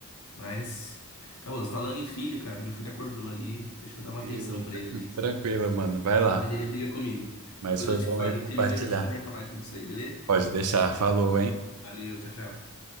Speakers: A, on the left; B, on the right.
A: Mas, acabou. Falando em filho, cara, meu filho acordou ali. Deixa eu dar uma atenção
B: Eita.
A: pra ele ali, senão
B: Tranquilo, mano. Vai lá.
A: a mãe dele briga comigo.
B: Mas
A: Depois
B: foi
A: eu te
B: bom
A: falo,
B: aí compartilhar.
A: eu te ligo e a gente conversa mais sobre isso aí, beleza?
B: Pode deixar. Falou, hein?
A: Valeu, tchau, tchau.